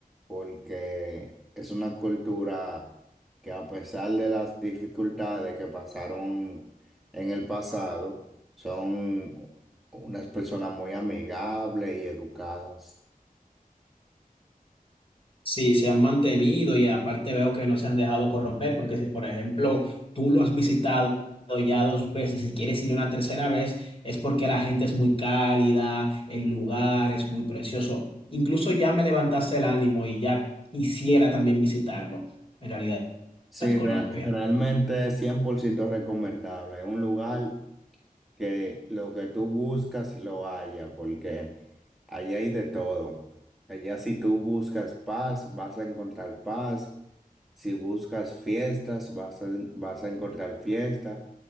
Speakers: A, in the centre; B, on the left (about 35°).
A: porque es una cultura que a pesar de las dificultades que pasaron en el pasado, son unas personas muy amigables y educadas.
B: Sí, se han mantenido y aparte veo que no se han dejado corromper, porque si, por ejemplo, tú lo has visitado ya dos veces y quieres ir una tercera vez, es porque la gente es muy cálida, el lugar es muy precioso. Incluso ya me levantaste el ánimo y ya quisiera también visitarlo, en realidad,
A: Sí,
B: Colombia.
A: rea- realmente es 100% recomendable. Es un lugar que lo que tú buscas lo haya, porque allá hay de todo. Allá si tú buscas paz, vas a encontrar paz. Si buscas fiestas, vas a, vas a encontrar fiesta